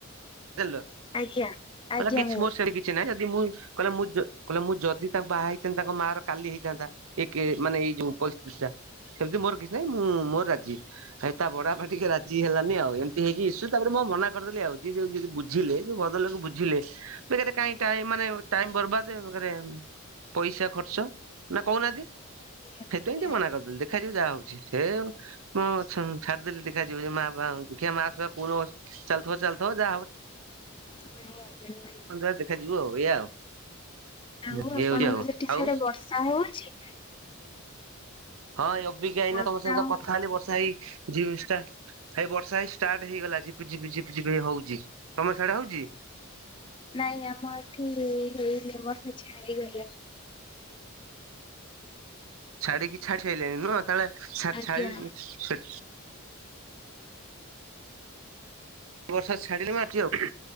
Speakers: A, on the right (about 75°); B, on the left (about 25°).
A: ଜାଣିଲ
B: ଆଜ୍ଞା
A: କହିଲା
B: ଆଜ୍ଞା
A: କିଛି
B: ଭାଇ।
A: ମୋ ସେମିତି କିଛି ନାଇଁ ଯଦି ମୁଁ କହିଲା ମୁଁ ଯ କହିଲା ମୁଁ ଯଦି ତାଙ୍କ ବାହା ହେଇଥାନ୍ତି ତାଙ୍କ ମା ର କାଲି ହେଇଥାନ୍ତା ଏ କେ ମାନେ ଏଇ ଯୋଉ ପରିସ୍ଥିତି ଟା ସେମିତି ମୋର କିଛି ନାହିଁ ମୁଁ ମୋର ରାଜି। ଭାଇ ତା ବଡ ବାପା ଟିକେ ରାଜି ହେଲାନି ଆଉ ଏମିତି ହେଇକି ଇସୁ ତାପରେ ମୁଁ ଆଉ ମନା କରିଦେଲି ଆଉ। ଯିଏ ଯୋଉ ଯଦି ବୁଝିଲେ ଯୋଉ ଭଦ୍ରଲୋକ ବୁଝିଲେ। ବେକାରେ କାହିଁ ଟାଇମ ମାନେ ଟାଇମ ବରବାଦ ବେକାରେ ମ୍। ପଇସା ଖର୍ଚ୍ଚ ନା କହୁନାହାନ୍ତି
B: ନିହାତି
A: ସେଇଥିପାଇଁ
B: ନିହାତି
A: ଟିକେ ମନା କରିଦେଲି ଦେଖାଯାଉ ଯାହା ହଉଛି। ହେ ମୁଁ ଛ ଛାଡିଦେଲି ଦେଖା ଯିବ ଯେ ମା ବାପା ଦେଖିବା ମା ସେବା କୋଉଦିନ ଚାଲୁଥିବ ଚାଲ। ଥିବ ଯା ହବ।
B: <unintelligible>
A: କଣ ଯା ହେଲେ ଦେଖାଯିବ ଏଇଆ ଆଉ।
B: ଆଉ
A: ଇଏ
B: ଆପଣଙ୍କ
A: ହଉଛି
B: ସେଠି
A: ଆଉ
B: ସିଆଡେ
A: ଆଉ
B: ବର୍ଷା ହଉଛି।
A: ହଁ ଏଇ ଅବିକା ଏଇନା
B: ବର୍ଷା
A: ତମ ସହିତ
B: ହଉଛି
A: କଥା ହେଲି ବର୍ଷା ହେଇ ଜି ଷ୍ଟା। ହେଇ ବର୍ଷା ହେଇ ଷ୍ଟାର୍ଟ ହେଇଗଲା ଝିପି ଝିପି ଝିପି ଝିପି ହେଇ ହଉଛି ତମର ସାଡେ ହଉଛି।
B: ନାଇଁ ଆମର ଏଠି ହେଇନି ବର୍ଷା ଛାଡିଗଲାଣି।
A: ଛାଡ଼ିକି ଛାଡ଼ି ସାରିଲେଣି ନୁହଁ ସେତେବେଳେ ଛା
B: ଆଜ୍ଞା
A: ଛା ବର୍ଷା ଛାଡ଼ିଲି ମୁଁ ଆଉଚି ଆଉ।